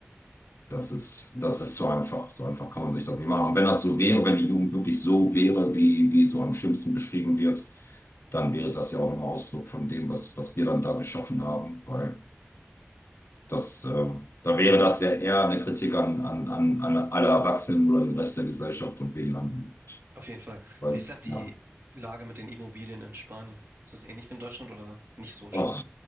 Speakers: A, on the left (about 65°); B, on the right (about 55°).
A: Das ist, das ist so einfach. So einfach kann man sich das nicht machen. Und wenn das so wäre, wenn die Jugend wirklich so wäre, wie, wie so am schlimmsten beschrieben wird, dann wäre das ja auch ein Ausdruck von dem, was, was wir dann da geschaffen haben. weil Das, ähm, da wäre das ja eher eine Kritik an, an, an, an alle Erwachsenen oder den Rest der Gesellschaft und weniger an,
B: Auf jeden Fall.
A: weil,
B: Wie ist denn die
A: ja,
B: Lage mit den Immobilien in Spanien? Ist das ähnlich wie in Deutschland oder nicht so schlimm?
A: och,